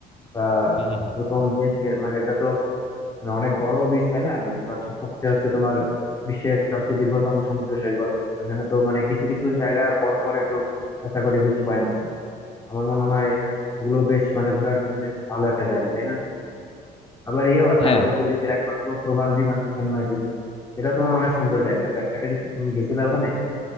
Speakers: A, on the left; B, on the left.
A: বা
B: হুম হুম হুম।
A: এরকম বেশ আহ, মানে ওটা তো মানে অনেক বড় বিচ তাই না সব- সবচেয়ে হচ্ছে তোমার বিশ্বের সবচেয়ে দীর্ঘতম সমুদ্র সৈকত ওখানে তো মানে কিছু কিছু জায়গা পর পরে তো একটা করে বিচ পয়েন্ট আছে আমার মনে হয় ওগুলো বেশ মানে ঘোরার জন্য বেশ ভালো একটা জায়গা তাই না আবার ইয়েও আছে
B: হ্যাঁ
A: আমাদের তো দেশের একমাত্র প্রবাল দ্বীপ আছে সেন্ট মার্টিন সেটা তো মানে অনেক সুন্দর জায়গা এটা এটা কি তুমি গেছিলে ওখানে